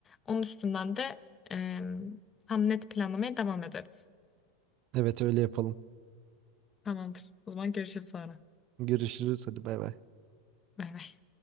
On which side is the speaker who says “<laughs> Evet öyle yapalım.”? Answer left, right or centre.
Right